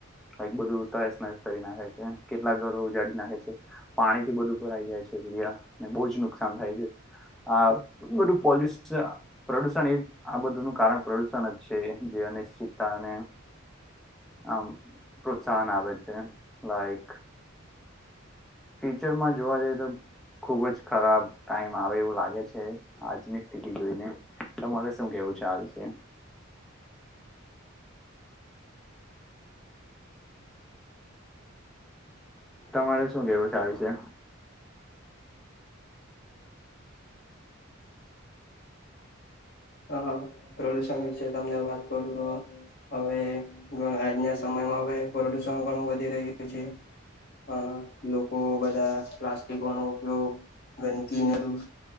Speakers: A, in the centre; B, on the left (about 45°).
A: એક બધું તો નાશ કરી નાખે છે કેટલા ઘરો ઉજાડી નાખે છે પાણીથી બધું ભરાઈ જાય છે એરિયાને બહુ જ નુકસાન થાય છે આ બધું પોલ્ય પ્રદુષણ એ જ આ બધું નુ કારણ પ્રદુષણ જ છે જે અનિશ્ચિતતા અને આ પ્રોત્સાહન આવે છે. છે લાઈક ફ્યુચરમાં જોવા જઈ તો ખુબ જ ખરાબ ટાઈમ આવે એવું લાગે છે. આજની સ્થિતિ જોઈને તમારે શું કેવું છે આ વિશે તમારે શું કેવું છે આ વિશે
B: હ પ્રદુષણ વિશે તમને વાત કરું તો હવે આજના સમયમાં હવે પ્રદુષણ ઘણું વધી રહ્યું છે અ લોકો બધા પ્લાસ્ટિકનો ઉપયોગ ગંદકીને બધુ